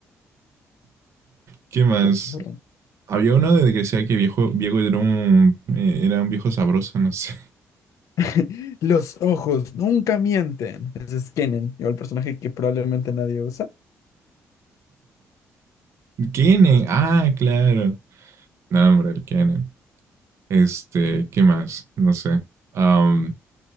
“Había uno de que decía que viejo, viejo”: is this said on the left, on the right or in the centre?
Right